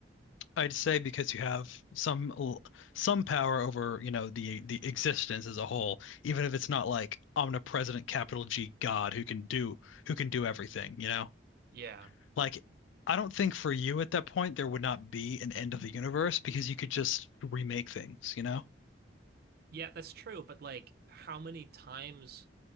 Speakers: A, on the left; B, on the right.
A: I'd say because you have some l- some power over, you know, the the existence as a whole, even if it's not like omnipresent capital G God who can do who can do everything, you know?
B: Yeah.
A: Like I don't think for you at that point there would not be an end of the universe because you could just remake things, you know?
B: Yeah, that's true, but like how many times